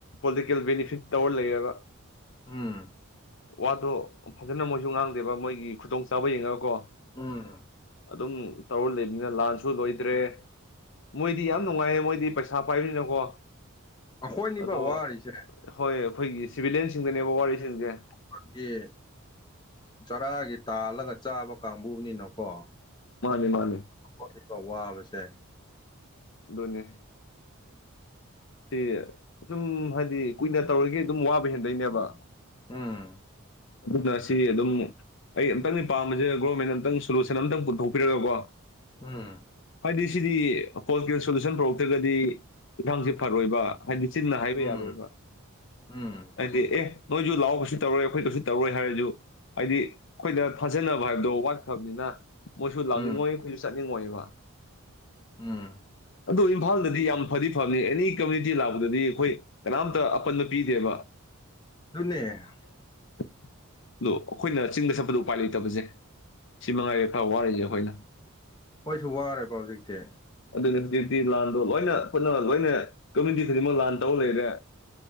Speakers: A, on the left; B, on the left.
A: ꯄꯣꯂꯤꯇꯤꯀꯦꯜ ꯕꯦꯅꯤꯐꯤꯠ ꯇꯧꯔ ꯂꯩꯔꯒ
B: ꯎꯝ
A: ꯋꯥꯗꯣ ꯐꯖꯅ ꯃꯣꯏꯁꯨ ꯉꯥꯡꯗꯦꯕ ꯃꯣꯏꯒꯤ ꯈꯨꯗꯣꯡꯆꯥꯥꯕ ꯌꯦꯡꯉꯒꯀꯣ
B: ꯎꯝ
A: ꯑꯗꯨꯝ ꯇꯧꯔ ꯂꯩꯅꯤꯅ ꯂꯥꯟꯁꯨ ꯂꯣꯏꯗ꯭ꯔꯦ ꯃꯣꯏꯗꯤ ꯌꯥꯝ ꯅꯨꯡꯉꯥꯏꯌꯦ ꯃꯣꯏꯗꯤ ꯄꯩꯁꯥ ꯄꯥꯏꯕꯅꯤꯅꯀꯣ
B: ꯑꯩꯈꯣꯏꯅꯤꯕ
A: ꯑꯗꯣ
B: ꯋꯥꯔꯤꯁꯦ
A: ꯍꯣꯏ ꯑꯩꯈꯣꯏꯒꯤ ꯁꯤꯚꯂꯤꯌꯟꯁꯤꯡꯗꯅꯦꯕ ꯋꯥꯔꯤꯁꯤꯡꯁꯦ
B: ꯑꯩꯈꯣꯏꯒꯤ ꯆꯔꯥꯒꯤ ꯇꯥꯜꯂꯒ ꯆꯥꯕ ꯀꯥꯡꯕꯨꯅꯤꯅꯀꯣ
A: ꯃꯥꯅꯦ ꯃꯥꯅꯦ
B: ꯍꯧꯣꯏꯕ ꯋꯥꯕꯁꯦ
A: ꯗꯣꯅꯦ ꯁꯤ ꯑꯗꯨꯝ ꯍꯥꯏꯗꯤ ꯀꯨꯏꯅ ꯇꯧꯔꯒ ꯑꯗꯨꯝ ꯋꯥꯕ ꯍꯦꯟꯗꯣꯏꯅꯦꯕ
B: ꯎꯝ
A: ꯑꯗꯨꯅ ꯁꯤ ꯑꯗꯨꯝ ꯑꯩ ꯑꯃꯝꯛꯇꯪꯅꯤ ꯄꯥꯝꯁꯗ ꯒꯣꯔꯃꯦꯦꯟꯟꯅ ꯑꯨꯛꯇꯪ ꯁꯣꯂꯨꯁꯟ ꯑꯝꯇꯪ ꯄꯨꯊꯣꯛꯄꯤꯔꯒꯀꯣ
B: ꯎꯝ
A: ꯍꯥꯏꯗꯤ ꯁꯤꯗꯤ ꯍꯣꯜꯀꯦꯜ ꯁꯣꯂꯨꯁꯟ ꯄꯨꯔꯛꯇ꯭ꯔꯒꯗꯤ ꯏꯟꯈꯥꯡꯁꯤꯦ ꯐꯔꯣꯏꯕ ꯍꯥꯏꯗꯤꯆꯤꯟꯅ ꯍꯥꯏꯕ
B: ꯎꯝ
A: ꯌꯥꯕ
B: ꯎꯝ
A: ꯍꯥꯏꯗꯤ ꯑꯦ ꯅꯣꯏꯁꯨ ꯂꯥꯛꯕꯁꯨ ꯇꯧꯔꯣꯏ ꯑꯩꯈꯣꯏ ꯀꯁꯨ ꯇꯧꯔꯣꯏ ꯍꯥꯏꯔꯁꯨ ꯍꯥꯏꯗꯤ ꯑꯩꯈꯣꯏꯗ ꯊꯥꯖꯅꯕ ꯍꯥꯏꯕꯗꯣ ꯋꯥꯠꯈ꯭ꯔꯕꯅꯤꯅ ꯃꯣꯏꯁꯨ ꯂꯥꯛꯅꯤꯡꯉꯣꯏ
B: ꯎꯝ
A: ꯑꯩꯈꯣꯏꯁꯨ ꯆꯠꯅꯤꯡꯉꯣꯏꯕ
B: ꯎꯝ
A: ꯑꯗꯨ ꯏꯝꯐꯥꯜꯗꯗꯤ ꯌꯥꯝ ꯐꯗꯤ ꯐꯕꯅꯤ ꯑꯦꯅꯤ ꯀꯝꯃꯨꯅꯤꯇꯤ ꯂꯥꯛꯄꯗꯗꯤ ꯑꯩꯈꯣꯏ ꯀꯅꯥꯝꯇ ꯑꯄꯟꯕ ꯄꯤꯗꯦꯕ
B: ꯑꯗꯨꯅꯦ
A: <unintelligible> ꯑꯗꯣ ꯑꯩꯈꯣꯏꯅ ꯆꯤꯡꯗ ꯁꯠꯄꯗ ꯎꯄꯥꯏ ꯂꯩꯇꯕꯁꯦ ꯁꯤ ꯃꯉꯥꯏꯔꯦ ꯈꯔ ꯋꯥꯔꯤꯁꯦ ꯑꯩꯈꯣꯏꯅ
B: ꯈꯣꯏꯁꯨ ꯋꯥꯔꯦꯕ ꯍꯧꯖꯤꯛꯇꯤ
A: ꯑꯗꯨꯅꯤ ꯍꯧꯖꯤꯛꯇꯤ ꯂꯥꯟꯗꯣ ꯂꯣꯏꯅ ꯈꯨꯠꯅ ꯂꯣꯏꯅ ꯀꯝꯃꯨꯅꯤꯇꯤ ꯈꯨꯗꯤꯡꯃꯛ ꯂꯥꯟ ꯇꯧꯔ ꯂꯩꯔꯦ